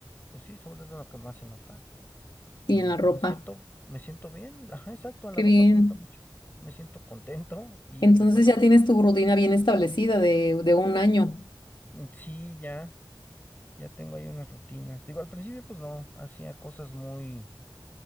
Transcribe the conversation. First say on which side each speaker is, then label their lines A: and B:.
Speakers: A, on the left; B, on the left.
A: pues sí, sobre todo en lo que más se nota. Y
B: Y en la
A: pues
B: ropa.
A: me siento, me siento bien. Ajá, exacto, en
B: Qué
A: la ropa
B: bien.
A: se nota mucho. Me siento contento y
B: Entonces
A: pues bueno,
B: ya tienes tu rutina bien establecida de, de un año.
A: mm, sí, ya, ya tengo ahí unas rutinas. Digo, al principio pues no, hacía cosas muy,